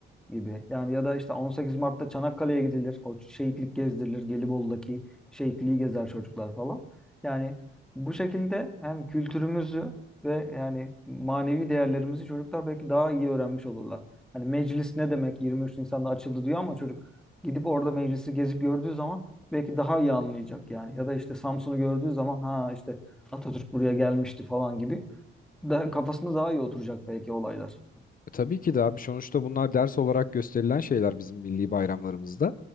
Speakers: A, in the centre; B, on the left.
A: gibi. Yani ya da işte 18 Mart'ta Çanakkale'ye gidilir. O şehitlik gezdirilir. Gelibolu'daki şehitliği gezer çocuklar falan. Yani bu şekilde hem kültürümüzü ve yani manevi değerlerimizi çocuklar belki daha iyi öğrenmiş olurlar. Hani meclis ne demek 23 Nisan'da açıldı diyor ama çocuk gidip orada meclisi gezip gördüğü zaman belki daha iyi anlayacak yani. Ya da işte Samsun'u gördüğü zaman ha işte Atatürk buraya gelmişti falan gibi. Daha, kafasında daha iyi oturacak belki olaylar.
B: E, Tabii ki de abi sonuçta bunlar ders olarak gösterilen şeyler bizim milli bayramlarımızda.